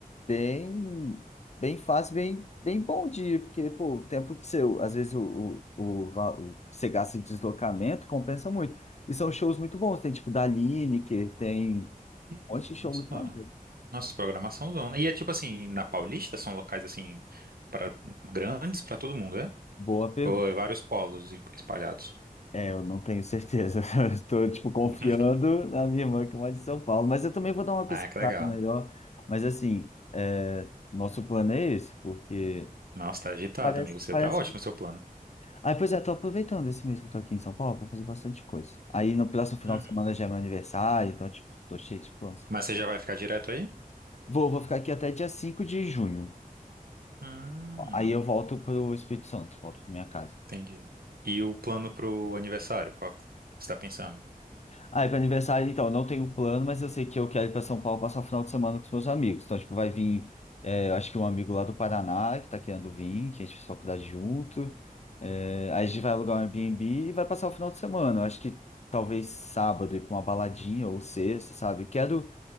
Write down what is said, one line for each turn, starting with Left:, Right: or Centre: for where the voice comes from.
Left: bem, bem fácil, bem, bem bom dia, porque, pô, o tempo que você, às vezes, o, o, o, va- o que você gasta em deslocamento compensa muito. E são shows muito bons, tem, tipo, da Lineker, tem um
Right: Nossa.
Left: monte de show muito maneiro.
Right: Nossa, programação zona. E é tipo assim, na Paulista são locais assim para grandes para todo mundo, né?
Left: Boa pergunta.
Right: Ou é vários polos e- espalhados.
Left: É, eu não tenho certeza. <laughs> Estou, tipo, confiando
Right: <laughs>
Left: na minha irmã que mora em São Paulo. Mas eu também vou dar uma pesquisada
Right: Ah, que legal.
Left: melhor. Mas, assim, é, nosso plano é esse, porque...
Right: Nossa, tá agitado,
Left: Parece,
Right: amigo. Você
Left: parece...
Right: tá ótimo o seu plano.
Left: Ah, pois é, estou aproveitando esse mês que eu estou aqui em São Paulo para fazer bastante coisa. Aí, no próximo final
Right: Uhum.
Left: de semana já é meu aniversário, então, tipo, tô cheio de planos.
Right: Mas você já vai ficar direto aí?
Left: Vou, vou ficar aqui até dia 5 de junho.
Right: Hum,
Left: Aí eu volto pro Espírito Santo, volto pra minha casa.
Right: entendi. E o plano pro aniversário, qual que você tá pensando?
Left: Ah, é para aniversário, então, eu não tenho plano, mas eu sei que eu quero ir para São Paulo passar o final de semana com os meus amigos. Então, tipo, vai vir, é, eu acho que um amigo lá do Paraná que tá querendo vir, que a gente fez faculdade junto. É, aí a gente vai alugar um Airbnb e vai passar o final de semana. Eu acho que talvez sábado ir para uma baladinha ou sexta, sabe? Quero,